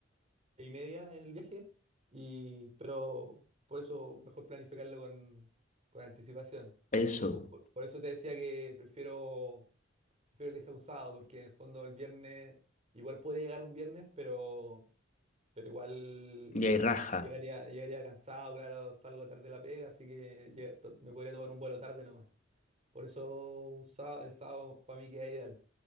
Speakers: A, on the right; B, on the left.
A: y media en el viaje, y, pero por eso mejor planificarlo con, con anticipación.
B: eso.
A: Y con- por, por eso te decía que prefiero, prefiero que sea un sábado, porque en el fondo el viernes, igual puede llegar un viernes, pero, pero igual
B: Y
A: eh,
B: hay raja.
A: llegaría, llegaría cansado, claro, salgo tarde de la pega, así que llega- to- me podría tomar un vuelo tarde nomás. Por eso un sá- el sábado para mí queda ideal.